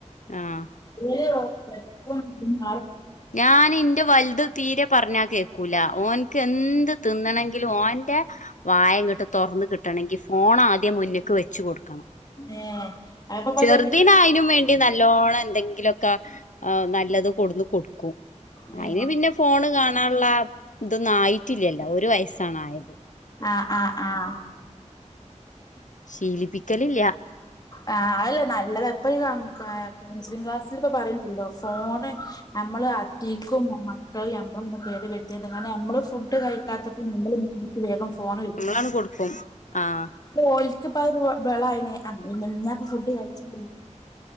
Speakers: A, on the left; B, on the left.
A: ആഹ്
B: <unintelligible> <unintelligible>
A: ഞാൻ ഇന്റെ വലുത് തീരെ പറഞ്ഞാൽ കേക്കൂല ഓൻക്ക് എന്ത് തിന്നണങ്കിലും ഓന്റെ വായങ്കട്ട് തൊറന്ന് കിട്ടണങ്കിൽ ഫോൺ ആദ്യം മുന്നേക്ക് വെച്ച് കൊടുക്കണം
B: ഏ അതൊക്കെ ഇപ്പത്
A: ചെറുദിനായിനും വേ നല്ലോണം എന്തെങ്കിലുഒക്കെ നല്ലത് കൊട്
B: ഏ
A: അയിന് പിന്നെ ഫോണ് കാണാനുള്ള ഇതൊന്നും ആയിടറ്റില്ലല്ലോ ഒരു വയസാണ് ആയത്
B: ആ ആ ആ
A: ശീലിപ്പിക്കലില്യാ
B: ആ അല്ലേ നല്ലത് എപ്പഴും ക ക കൗൺസിലിംഗ് ക്ലാസ്സിൽ ഇപ്പ പറയില്ലല്ലോ ഫോണ് നമ്മള് അധിക്കും മ മക്കളിയാമ്പം നമ്മള് ഫു ട്ട് കഴിക്കാത്തപ്പോ നമ്മ വേഗം ഫോൺ
A: നമ്മളാണ് കൊടുക്കും ആഹ്
B: വോയിസ് പ്പ ഒരു വെള അയിനെ ആഹ് <unintelligible> ഫുഡ് കഴിച്ച്